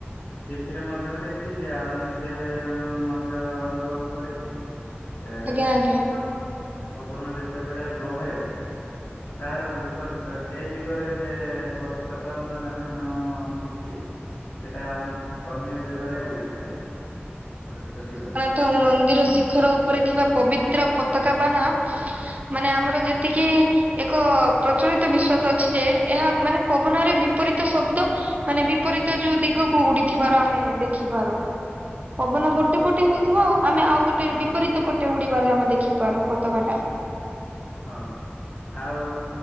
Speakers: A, on the left; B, on the right.
A: ଟିଭିରେ ମଧ୍ୟ ଦେଖିଛି ଆଉ ନିଜେ ମଧ୍ୟ ଅନୁଭବ କରିଚି। ଏ
B: ଆଜ୍ଞା ଆଜ୍ଞା।
A: ପ ପବନ ଯେତେବେଳେ ବହେ ତାର ବିପର୍ ସେଇ ଦିଗରେ ସେପତି ପତିପାବନଵାନା ନ ବୁଲି ସେଟାଅନ୍ ଅନ୍ୟ ଦିଗରେ ସେ ଉଡିଥାଏ କିପରିତ ଦିଗରେ।
B: ତ ମନ୍ଦିର ଶିଖର ଉପରେ ଥିବା ପବିତ୍ର ପତାକା ବାନା ମାନେ ଆମର ଯେତିକି? ଏକ ପ୍ରଚଳିତ ବିଶ୍ଵାସ ଅଛି ଯେ ଏହା ମାନେ ପବନରେ ବିପରୀତ ଶବ୍ଦ। ମାନେ ବିପରୀତ ଯୋଉ ଦିଗକୁ ଉଡିଥିବାର ଆମେ ଦେଖ ଦେଖିପାରୁ ପବନ
A: ହଁ
B: ଗୋଟେ ପୋଟେ ହଉଥିବ ଆମେ ଆଉ ଗୋଟେ ବିପରୀତ ପଟେ ଉଡିବାରେ ଆମେ ଦେଖିପାରୁ ପତାକା ଟା।
A: ହଁ ଆଉ